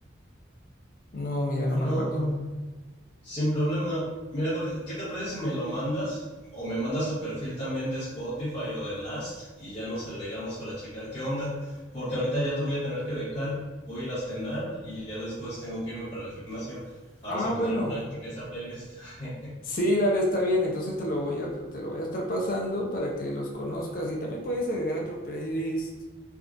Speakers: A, on the left; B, on the left.
A: No, mira, no
B: No,
A: me acuerdo.
B: Sin problema. Mira, Jorge, ¿qué te parece si me lo mandas? O me mandas tu perfil también de Spotify o de Last y ya nos agregamos para checar qué onda. Porque ahorita ya te voy a tener que dejar. Voy a ir a cenar y ya después tengo que irme para el gimnasio. Ahora
A: Ah,
B: se a poner
A: bueno.
B: en práctica esta playlist. <laughs>
A: Sí, dale, está bien. Entonces te lo voy a, te lo voy a estar pasando para que los conozcas. Y también puedes agregar a tu playlist